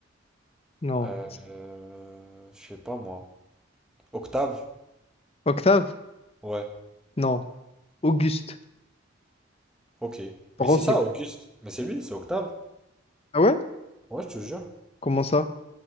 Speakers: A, on the left; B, in the centre.
A: Non.
B: Euh, euh, je sais pas, moi. Octave?
A: Octave?
B: Ouais,
A: Non. Auguste.
B: ok.
A: Par
B: Mais c'est
A: contre,
B: ça,
A: il y a-
B: Auguste. Mais c'est lui, c'est Octave.
A: Ah ouais?
B: Ouais, je te jure.
A: Comment ça?